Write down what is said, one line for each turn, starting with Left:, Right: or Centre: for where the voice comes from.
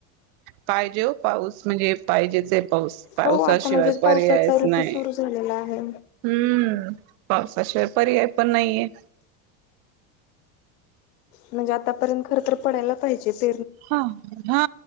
Right: पाहिजे हो पाऊस म्हणजे पाहिजेच पाऊस पावसाशिवाय
Left: हो आता म्हणजे
Right: पर्यायच
Left: पावसाचा
Right: नाही
Left: ऋतू सुरू झालेला आहे
Right: हम्म पावसाशिवाय पर्याय पण नाहीये
Left: म्हणजे आतापर्यंत खरंतर पडायला पाहिजेत
Right: हा हा